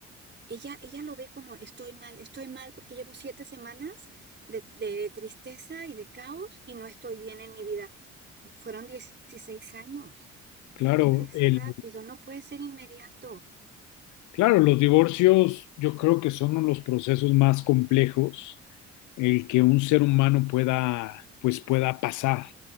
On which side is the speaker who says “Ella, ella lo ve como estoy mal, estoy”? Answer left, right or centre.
Right